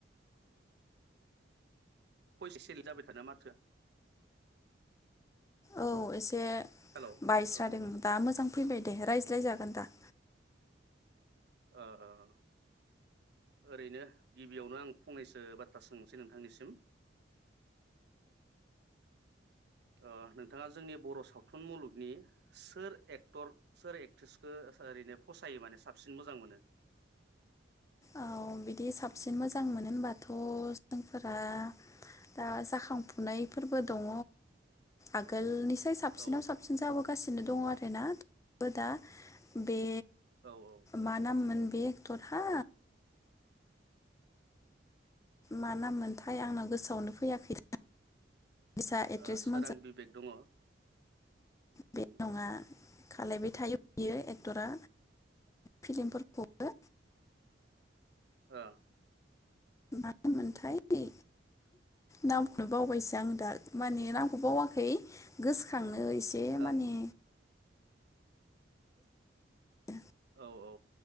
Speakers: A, on the right; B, on the left.
A: <unintelligible> सेल जाबाय थादो माथोआ
B: औ एसे
A: हेलौ
B: बायस्राादों
A: औ
B: दा मोजां फैबाय दे रायज्लाय जागोन दा
A: ओ ओ ओ ओरैनो गिबियावनो आं फंनैसो बाथ्रा सोंसै नोंथांनिसिम ओ नोंथाङा जोंनि बर' सावथुन मुलुगनि सोर एक्टर सोर एक्ट्रिसखौ ओरैनो फसायो माने साबसिन मोजां मोनो?
B: औ बिदि साबसिन मोजां मोनो होनबाथ' जोंफोरा दा जाखांफुनायफोरबो दङ आगोलनि साबसिनाव
A: औ
B: साबसिन जाबो सिनो दं आरोना बो दा बे
A: औ ओ
B: मा नाम मोन? बे एकटरहा मा नाम मोनथाय आंनाव गोसोआवनो फैयाखै। बिसा एक्ट्रिस
A: ओ सोरां
B: मोनजों
A: बिबेक दङ।
B: बे
A: ओम।
B: नङा खालायबाय थायो बियो एक्टरा फिल्मफोरखौबो।
A: ओ।
B: मा नाममोनथाय नामखौनो बावबायसो आं दा माने नामखौ बावाखै गोसो खांनो एसे
A: ओं
B: माने <inaudible>
A: औ औ।